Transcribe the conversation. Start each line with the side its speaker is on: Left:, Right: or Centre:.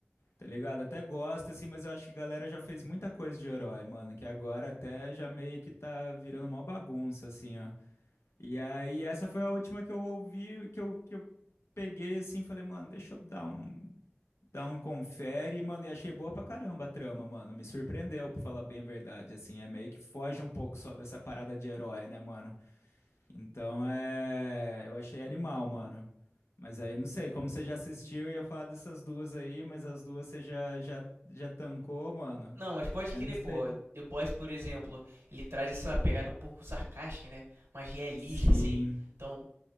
Left: tá ligado? Até gosto, assim, mas eu acho que a galera já fez muita coisa de herói, mano. Que agora até já meio que tá virando uma bagunça, assim, ó. E aí, essa foi a última que eu ouvi, que eu, que eu peguei, assim, falei, mano, deixa eu dar um. Dá um confere, mano, e achei boa pra caramba a trama, mano. Me surpreendeu, pra falar bem a verdade, assim. É meio que foge um pouco só dessa parada de herói, né, mano? Então é. Eu achei animal, mano. Mas aí não sei, como você já assistiu, eu ia falar dessas duas aí, mas as duas você já, já, já tancou, mano.
Right: Não, mas pode
Left: Eu
Right: crer,
Left: não sei.
Right: pô. The Boys, por exemplo, ele traz essa pegada um pouco sarcástica, né? Mais realista,
Left: Sim.
Right: assim. Então,